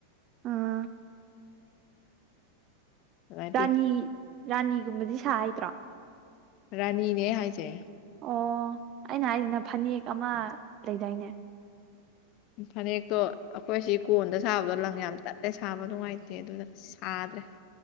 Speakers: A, on the right; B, on the left.
A: ꯑꯥ
B: ꯑꯗꯨꯃꯥꯏꯅ
A: ꯔꯥꯅꯤ
B: ꯄꯤ
A: ꯔꯥꯅꯤꯒꯨꯝꯕꯗꯤ ꯁꯥ ꯍꯩꯗ꯭ꯔꯣ
B: ꯔꯥꯅꯤꯅꯦ ꯑꯩꯅ ꯍꯥꯏꯁꯦ
A: ꯑꯣ ꯑꯩꯅ ꯍꯥꯏꯁꯤꯅ ꯐꯅꯦꯛ ꯑꯃ ꯂꯩꯗꯥꯏꯅꯦ
B: ꯐꯅꯦꯛꯇꯣ ꯑꯩꯈꯣꯏꯁꯤ ꯀꯣꯟꯗ ꯁꯥꯕꯗꯣ ꯂꯪ ꯌꯥꯝ ꯇꯠꯂꯦ ꯁꯥꯕ ꯅꯨꯡꯉꯥꯏꯇꯦ ꯑꯗꯨꯅ ꯑꯁ ꯁꯥꯗꯦ